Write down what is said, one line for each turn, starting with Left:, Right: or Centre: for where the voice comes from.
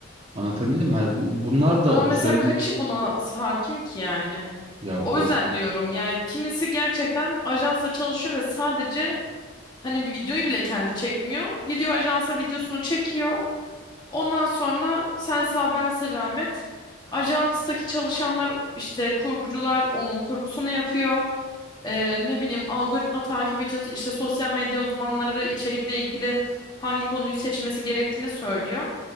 Right: Anlatabildim mi? Hani bu, bunlar da
Left: Ama mesela
Right: bu söylediğin
Left: kaçı buna hakim ki yani?
Right: ya o
Left: O yüzden diyorum yani kimisi gerçekten ajansa çalışıyor ve sadece hani videoyu bile kendi çekmiyor. Gidiyor ajansa videosunu çekiyor. Ondan sonra sen sağ ben selamet. Ajanstaki çalışanlar işte kurgucular onun kurgusunu yapıyor. Ee, ne bileyim algoritma takibi için işte sosyal medya uzmanları içerikle ilgili hangi konuyu seçmesi gerektiğini söylüyor.